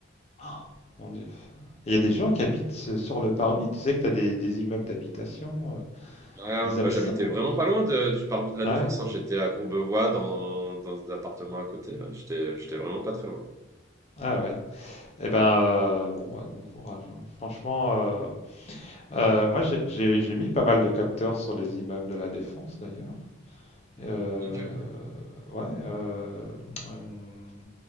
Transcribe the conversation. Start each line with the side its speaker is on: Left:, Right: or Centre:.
Left: Oh, mon Dieu. Il y a des gens qui habitent euh, sur le parvis. Tu sais que tu as des, des immeubles d'habitation euh,
Right: Ah
Left: Ils
Right: ouais, bah,
Left: aiment
Right: j'habitais
Left: ça en
Right: vraiment
Left: plus.
Right: pas loin de- du parvis de la
Left: Ah
Right: Défense.
Left: ouais,
Right: hein. J'étais à Courbevoie dans, dans un appartement à côté. ouais. J'étais, j'étais vraiment pas très loin.
Left: ah ouais. Eh ben, euh, bon, ouais, bon courage. hein. Franchement, euh, euh, moi j'ai j'ai- j'ai mis pas mal de capteurs sur les immeubles de la Défense d'ailleurs. Euh,
Right: Ok.
Left: ouais, euh, hum,